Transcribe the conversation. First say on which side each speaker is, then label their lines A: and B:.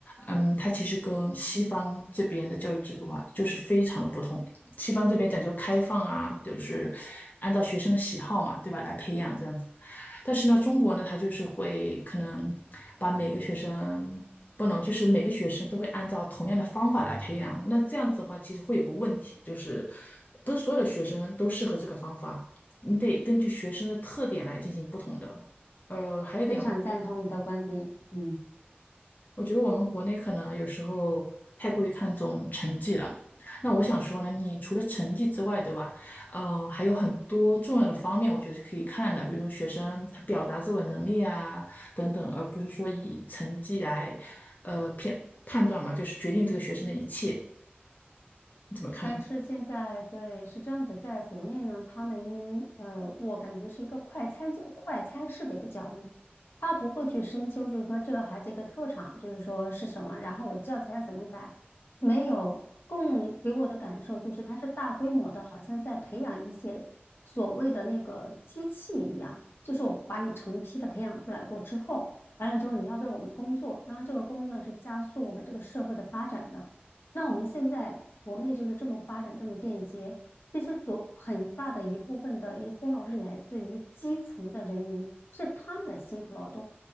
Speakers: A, on the left; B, on the left.
A: 嗯，它其实跟西方这边的教育制度啊，就是非常的不同。西方这边讲究开放啊，就是按照学生的喜好嘛，对吧，来培养这样子。但是呢，中国呢，它就是会可能把每个学生不能，就是每个学生都会按照同样的方法来培养。那这样子的话，其实会有个问题，就是不是所有的学生都适合这个方法。你得根据学生的特点来进行不同的。呃，还有一点的话，
B: 非常赞同你的观点，嗯。
A: 我觉得我们国内可能有时候太过于看重成绩了。那我想说呢，你除了成绩之外，对吧？嗯、还有很多重要的方面，我觉得是可以看的，比如说学生他表达自我能力啊等等，而不是说以成绩来，呃，片判断嘛，就是决定这个学生的一切。你怎么看呢？
B: 但是现在对是这样子，在国内呢，他们呃，我感觉是一个快餐教、快餐式的一个教育，他不会去深究，就是说这个孩子一个特长，就是说是什么，然后我教材要怎么改，没有更给我的感受就是他是大规模的，好像在培养一些所谓的那个机器一样，就是我把你成批的培养出来过之后，完了之后你要为我们工作，然后这个工作是加速我们这个社会的发展的。那我们现在国内就是这么发展，这么便捷。其实左很大的一部分的一功劳是来自于基层的人民，是他们的辛苦劳动